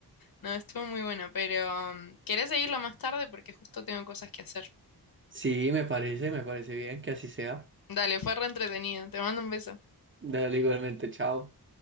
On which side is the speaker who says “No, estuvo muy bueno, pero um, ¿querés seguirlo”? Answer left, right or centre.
Left